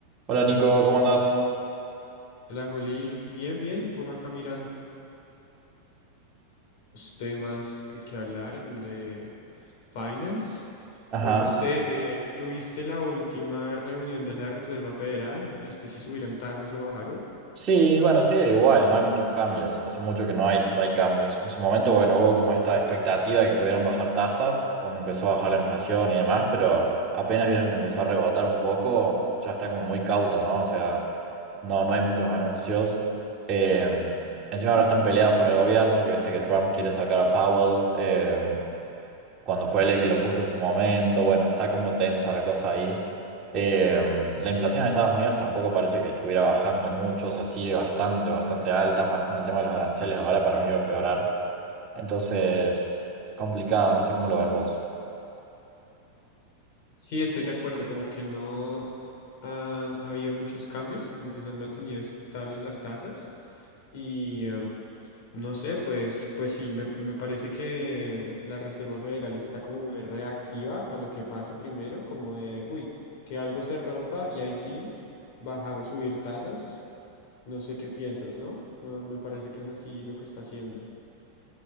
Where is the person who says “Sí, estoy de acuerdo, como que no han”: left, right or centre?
Left